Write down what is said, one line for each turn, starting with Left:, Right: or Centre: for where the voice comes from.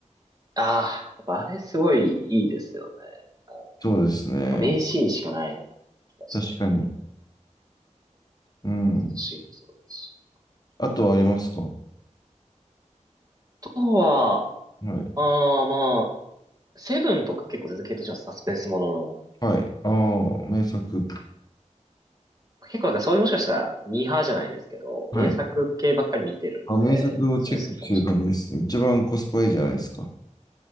Right: ああー、やっぱあれすごいいいですよね。あの
Left: そうですね。
Right: なんか名シーンしかない気がして。
Left: 確かに。うん。
Right: シーンもそうですし。
Left: あとはありますかは
Right: あとは、
Left: い。
Right: ああまあ、セブンとか結構続けとしてはサスペンスものの、
Left: はい。ああ、名作。
Right: 結構なんかそういうもしかしたらミーハーじゃないですけど、
Left: はい。
Right: 名作系ばっかり見てるんで、
Left: あ、名作をチェックしてる感じですね。
Right: そういうの好きかもしれない。
Left: 一番コスパいいじゃないですか。